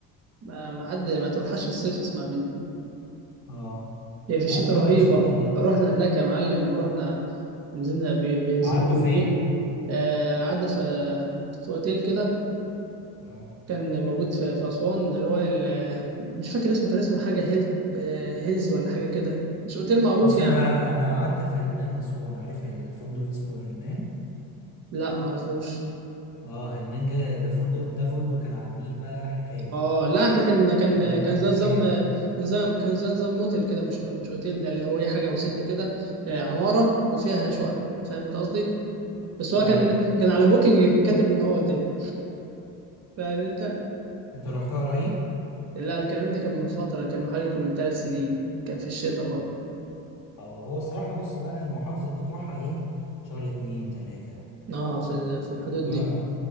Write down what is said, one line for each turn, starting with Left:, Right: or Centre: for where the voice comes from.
Right: ما ما حد ما تروحهاش في الصيف اسمع مني
Left: اه
Right: هي في الشتاء
Left: لا نجرب
Right: رهيبة
Left: صدقني يعني
Right: رحنا هناك يا معلم ورحنا نزلنا بي- بينزلوكم
Left: قعدتوا فين
Right: ايه آه، قعدنا في في اوتيل كده
Left: اه
Right: كان موجود في في أسوان اللي هو ال- مش فاكر اسمه كان اسمه حاجة هيل آه، هيلز ولا حاجة كده مش اوتيل معروف
Left: بص
Right: يعني
Left: انا انا قعدت في هلنان اسوان عارف الفندق اسمه هلنان
Right: لا معرفوش
Left: اه هلنان جا- ده فندق ده فندق كان على النيل بقى حكاية
Right: اه لا احنا كان كان
Left: عايز اقول
Right: كان
Left: لك حكايه
Right: زي نظام كان زي كان زي نظام موتيل كده مش مش اوتيل ده اللي هو ايه حاجه بسيطه كده آه، عماره وفيها شقق فاهم انت قصدي بس هو
Left: ايوه
Right: كان
Left: ايوه
Right: كان على بوكينج كان كاتب ان هو اوتيل <laughs> فاهم انت
Left: انت رحتها قريب
Right: لا الكلام ده كان من فتره كان من حوالي من ثلاث سنين كان في الشتاء برضه
Left: اه هو الصراحه بص بقى المحافظه دي تروحها ايه شهر اتنين تلاته
Right: اه في ال- في الحدود
Left: الموضوع
Right: دي